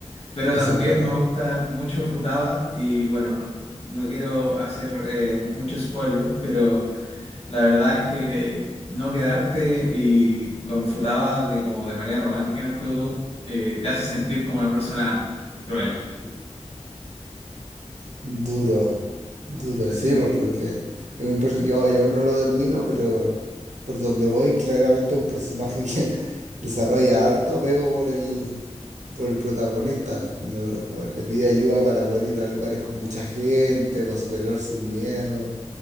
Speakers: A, on the left (about 55°); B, on the right (about 85°).
A: Pero
B: esa
A: también
B: es buena.
A: me gusta mucho Futaba y bueno, no, no quiero hacer eh, mucho spoiler, pero la verdad es que eh, no quedarte y con Futaba de, como de manera romántica en el juego eh, te hace sentir como una persona cruel.
B: Duro, duro,
A: Así
B: sí, pues
A: que
B: porque es un per- yo, yo aún no lo termino, pero por donde voy, claramente un personaje que <laughs> desarrolla harto apego por el, por el protagonista. No- no, le pide ayuda para poder ir a lugares con mucha gente, para superar sus miedos.